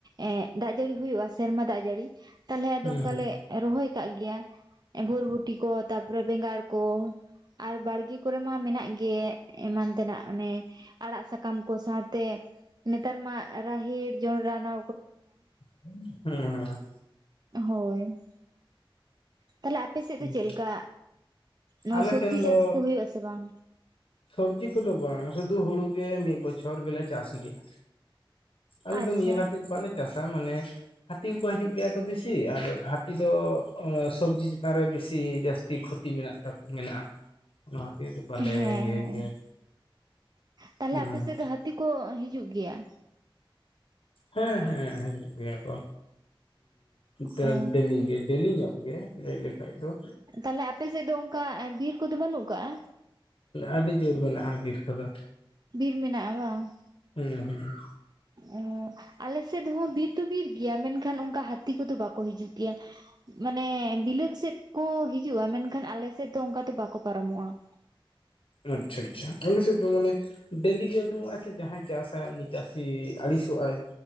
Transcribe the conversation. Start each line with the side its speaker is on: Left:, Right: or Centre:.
Right: ᱮᱸᱜ ᱫᱟᱜ ᱡᱟᱹᱲᱤ ᱦᱩᱭᱩᱜᱼᱟ, ᱥᱮᱨᱢᱟ ᱫᱟᱜ ᱡᱟᱹᱲᱤ ᱛᱟᱦᱚᱞᱮ ᱟᱫᱚ
Left: ᱦᱩᱸ
Right: ᱚᱱᱠᱟᱞᱮ
Left: ᱦᱩᱸ
Right: ᱨᱚᱦᱚᱭ ᱠᱟᱜ ᱜᱮᱭᱟ ᱵᱷᱚᱨᱵᱩᱴᱤ ᱠᱚ ᱛᱟᱯᱚᱨᱮ ᱵᱮᱸᱜᱟᱲ ᱠᱚ ᱟᱨ ᱵᱟᱲᱜᱮ ᱠᱚᱨᱮ ᱢᱟ ᱢᱮᱱᱟᱜ ᱜᱮ ᱮᱢᱟᱱ ᱛᱮᱱᱟᱜ ᱚᱱᱮ ᱟᱲᱟᱜ ᱥᱟᱠᱟᱢ ᱠᱚ ᱥᱟᱶᱛᱮ ᱱᱮᱛᱟᱨ ᱢᱟ ᱨᱟᱦᱤᱨ ᱡᱚᱸᱰᱨᱟ ᱚᱱᱟᱼᱼ
Left: ᱦᱮᱸ ᱦᱮᱸ
Right: ᱦᱳᱭ ᱛᱟᱦᱞᱮ ᱟᱯᱮ ᱥᱮᱫ
Left: ᱦᱩᱸ
Right: ᱫᱚ ᱪᱮᱫ ᱞᱮᱠᱟ ᱱᱚᱣᱟ
Left: ᱟᱞᱮ
Right: ᱥᱚᱵᱡᱤ
Left: ᱥᱮᱱ
Right: ᱪᱟᱥ
Left: ᱫᱚ
Right: ᱠᱚ ᱦᱩᱭᱩᱜ-ᱟ ᱥᱮ ᱵᱟᱝ?
Left: ᱥᱚᱵᱽᱡᱤ ᱠᱚᱫᱚ ᱵᱟᱝ ᱥᱩᱫᱩ ᱦᱩᱲᱩ ᱜᱮ ᱢᱤᱫ ᱵᱚᱪᱷᱚᱨ ᱜᱮᱞᱮ ᱪᱟᱥ ᱜᱮᱭᱟ᱾ ᱟᱞᱮ
Right: ᱟᱪᱪᱷᱟ
Left: ᱫᱚ ᱱᱤᱭᱟᱹ ᱠᱷᱟᱹᱛᱤᱨ ᱵᱟᱞᱮ, ᱪᱟᱥᱟ ᱢᱟᱱᱮ ᱦᱟᱹᱛᱤ ᱠᱚᱠᱚ ᱦᱤᱡᱩᱜ ᱜᱮᱭᱟ ᱛᱚ ᱵᱤᱥᱤ ᱟᱨ ᱦᱟᱹᱛᱤ ᱫᱚ ᱥᱚᱵᱡᱤ ᱪᱮᱛᱟᱱ ᱨᱮ ᱵᱮᱥᱤ ᱡᱟᱹᱥᱛᱤ ᱠᱷᱩᱛᱤ ᱢᱮᱱᱟᱜ ᱛᱟᱠᱚ ᱢᱮᱱᱟᱜᱼᱟ᱾ ᱚᱱᱟ ᱠᱷᱟᱹᱛᱤᱨ ᱵᱟᱞᱮ
Right: ᱦᱮᱸ
Left: ᱤᱭᱟᱹᱭ
Right: ᱦᱮᱸ
Left: ᱜᱮᱭᱟ
Right: ᱛᱟᱦᱞᱮ
Left: ᱦᱮᱸ
Right: ᱟᱯᱮ ᱥᱮᱫ ᱫᱚ ᱦᱟᱹᱛᱤ ᱠᱚ ᱦᱤᱡᱩᱜ ᱜᱮᱭᱟ
Left: ᱦᱮᱸ ᱦᱮᱸ ᱦᱟᱡᱩᱜ ᱜᱮᱭᱟ ᱠᱚ, ᱦᱮ
Right: ᱚ
Left: ᱰᱮᱞᱤᱜᱮ ᱰᱮᱞᱤ ᱧᱚᱜ ᱜᱮ ᱞᱟᱹᱭ ᱞᱮᱠᱷᱟᱡ ᱫᱚ᱾
Right: ᱛᱟᱦᱞᱮ ᱟᱯᱮ ᱥᱮᱫ ᱫᱚ ᱚᱱᱠᱟ ᱵᱤᱨ ᱠᱚᱫᱚ ᱵᱟᱹᱱᱩᱜ ᱠᱟᱜ-ᱟ?
Left: ᱟᱹᱰᱤ ᱡᱳᱨ ᱢᱮᱱᱟᱜᱼᱟ ᱵᱤᱨ ᱠᱚᱫᱚ᱾
Right: ᱵᱤᱨ ᱢᱮᱱᱟᱜᱼᱟ ᱵᱟᱝ?
Left: ᱦᱩᱸ ᱦᱩᱸ
Right: ᱚ ᱟᱞᱮ ᱥᱮᱫ ᱦᱚᱸ ᱵᱤᱨ ᱫᱚ ᱵᱤᱨ ᱜᱮᱭᱟ ᱢᱮᱱᱠᱷᱟᱱ ᱚᱱᱠᱟ ᱦᱟᱹᱛᱤ ᱠᱚᱫᱚ ᱵᱟᱠᱚ ᱦᱤᱡᱩᱜ ᱜᱮᱭᱟ ᱾ ᱢᱟᱱᱮ ᱵᱤᱞᱟᱹᱛ ᱥᱮᱫ ᱠᱚ ᱦᱤᱡᱩᱜ-ᱟ ᱢᱮᱱᱠᱷᱟᱱ ᱟᱞᱮᱥᱮᱫ ᱫᱚ ᱚᱱᱠᱟ ᱫᱚ ᱵᱟᱠᱚ ᱯᱟᱨᱚᱢᱚᱜ-ᱟ ᱾
Left: ᱟᱪᱪᱷᱟ ᱟᱪᱪᱷᱟ ᱟᱞᱮ ᱥᱮᱫ ᱫᱚ ᱢᱟᱱᱮ ᱰᱮᱞᱤ ᱜᱮ ᱩᱰᱩᱝᱚᱜ-ᱟᱭ ᱥᱮ ᱡᱟᱦᱟᱸᱭ ᱪᱟᱥᱟᱭ ᱩᱱᱤ ᱪᱟᱹᱥᱤ ᱟᱹᱲᱤᱥᱚᱜ-ᱟᱭ